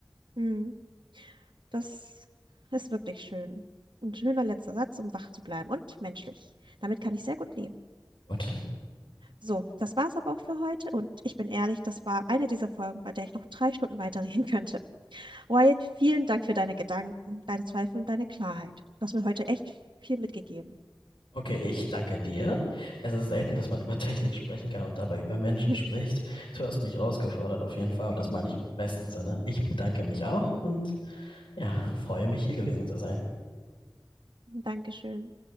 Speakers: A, on the right; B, on the left.
A: Hm. Das ist wirklich schön. Ein schöner letzter Satz, um wach zu bleiben und menschlich. Damit kann ich sehr gut leben.
B: Gut.
A: So, das war's aber auch für heute und ich bin ehrlich, das war eine dieser Folgen, bei der ich noch drei Stunden weiterreden <laughs> könnte. Wyatt, vielen Dank für deine Gedanken, deine Zweifel und deine Klarheit. Du hast mir heute echt viel mitgegeben.
B: Okay, ich danke dir. Es ist selten, dass man über <laughs> Technik sprechen kann und dabei über Menschen
A: <laughs>
B: spricht. Du hast mich herausgefordert auf jeden Fall und das meine ich im besten Sinne. Ich bedanke mich auch und ja, freue mich hier gewesen zu sein.
A: Dankeschön.